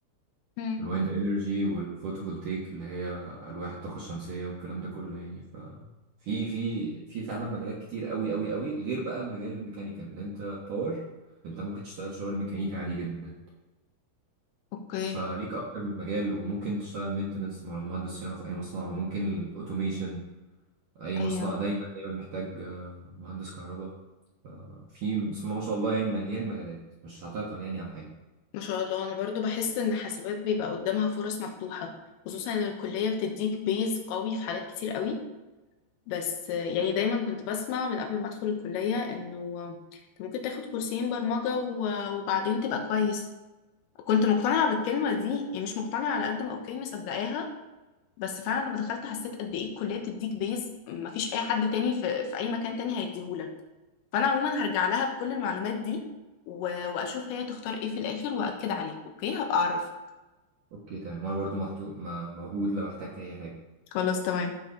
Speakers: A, on the left; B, on the right.
A: امم
B: الوايند انرجي والفوتوفولتيك اللي هي ألواح الطاقة الشمسية والكلام ده كله يعني ف في في في فعلا مجالات كتير قوي قوي قوي غير بقى مجال الميكانيكال ان انت باور انت ممكن تشتغل شغل ميكانيكا عادي جدا
A: اوكي
B: فليك اكتر من مجال وممكن تشتغل مينتنس مهندس صيانه في اي مصنع وممكن الاوتوميشن اي مصنع
A: ايوه
B: دايما دايما محتاج آه، مهندس كهرباء ففي بسم الله ما شاء الله يعني مليان مجالات مش هتعطل يعني على حاجه
A: ما شاء الله انا برضو بحس ان حاسبات بيبقى قدامها فرص مفتوحه خصوصا ان الكليه بتديك بيز قوي في حاجات كتير قوي بس يعني دايما كنت بسمع من قبل ما ادخل الكلية انه انت ممكن تاخد كورسين برمجة و- وبعدين تبقى كويس كنت مقتنعة بالكلمة دي يعني مش مقتنعة على قد ما اوكي مصدقاها بس فعلا لما دخلت حسيت قد ايه الكلية بتديك بيز مفيش اي حد تاني في, في اي مكان تاني هيديهولك فانا عموما هرجع لها بكل المعلومات دي و- واشوف هي تختار ايه في الاخر واكد عليك اوكي هبقى اعرف
B: اوكي تمام وانا برضو محتو... م- موجود لو احتجت اي حاجه
A: خلاص تمام